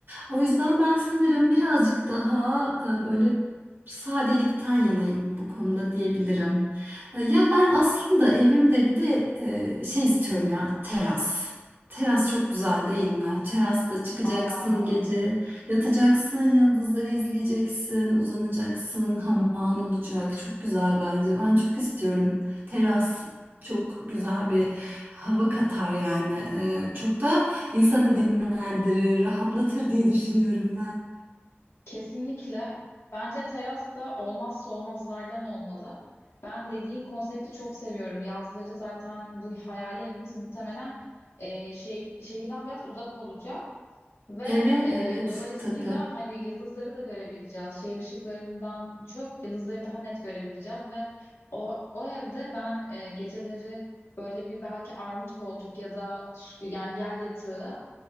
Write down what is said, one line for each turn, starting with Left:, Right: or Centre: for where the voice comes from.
Right: O yüzden ben sanırım birazcık daha e, böyle sadelikten yanayım bu konuda diyebilirim. E, ya ben aslında evimde bir de e, şey istiyorum ya teras. Teras çok güzel değil mi? Terasta çıkacaksın
Left: Aa,
Right: gece. Yatacaksın, yıldızları izleyeceksin, uzanacaksın, hamağın olacak. Çok güzel bence. Ben çok istiyorum. Teras çok güzel bir hava katar yani. Ee, çok da insanı dinlendirir, rahatlatır diye düşünüyorum ben.
Left: kesinlikle. Bence teras da olmazsa olmazlardan olmalı. Ben dediğin konsepti çok seviyorum. Yazları zaten bu hayali evimiz muhtemelen e, şey, şehirden biraz uzak olacak. Ve
Right: Evet,
Left: e,
Right: evet,
Left: dolayısıyla
Right: tabii.
Left: hani yıldızları da görebileceğiz. Şehir ışıklarından çok yıldızları daha net görebileceğiz ve o o evde ben e, geceleri böyle bir belki armut koltuk ya da su- yani yer yatağı